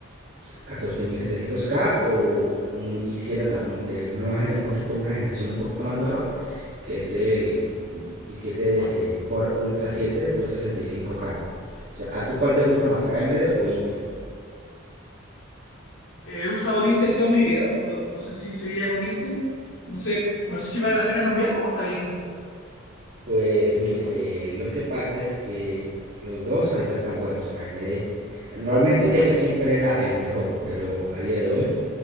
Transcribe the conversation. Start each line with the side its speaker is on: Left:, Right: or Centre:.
Right: 14700K o un i7 también de una, nueva, un poquito, una generación un poquito más nueva, que es el i7 eh, Core Ultra 7 265K. O sea, ¿a tú cuál te gusta más, AMD o Intel?
Left: He usado Intel toda mi vida. Pues, No sé si seguiría con Intel. No sé, no sé si vale la pena cambiar o está bien Intel.
Right: Pues mire, eh, lo que pasa es que los dos ahorita están buenos, AMD. Normalmente él siempre era el mejor, pero a día de hoy